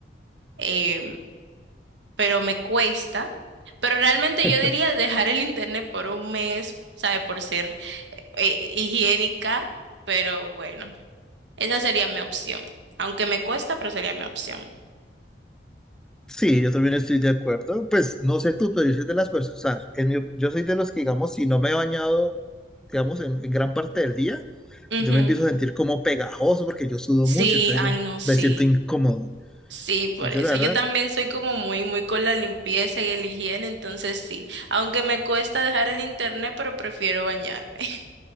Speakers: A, on the right; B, in the centre.
A: Em, pero me cuesta, pero realmente
B: <laughs>
A: yo diría dejar el internet por un mes, ¿sabe? Por ser eh, higiénica, pero bueno. Esa sería mi opción. Aunque me cuesta, pero sería mi opción.
B: Sí, yo también estoy de acuerdo. Pues no sé tú, pero yo soy de las personas, o sea, en mi- yo soy de los que, digamos, si no me he bañado, digamos, en, en gran parte del día,
A: Ujú.
B: yo me empiezo a sentir como pegajoso porque yo sudo
A: Sí,
B: mucho, entonces
A: ay,
B: yo
A: no, sí.
B: me siento incómodo.
A: Sí, por
B: Y yo,
A: eso.
B: la verdad,
A: Yo también soy como muy, muy con la limpieza y el higiene, entonces sí. Aunque me cuesta dejar el internet, pero prefiero bañarme. <laughs>